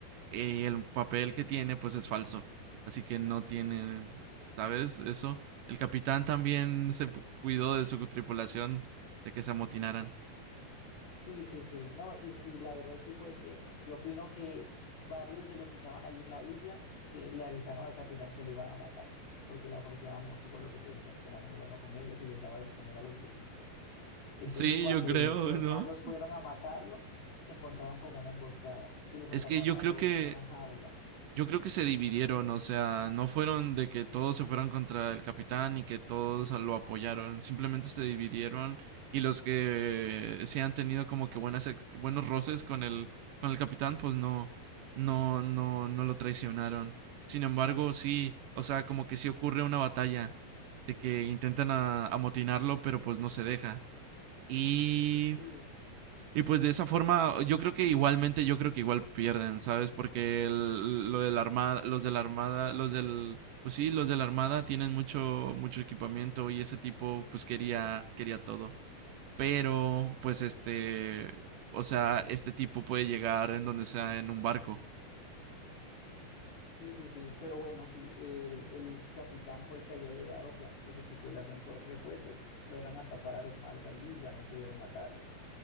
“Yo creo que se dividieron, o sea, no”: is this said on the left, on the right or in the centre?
Right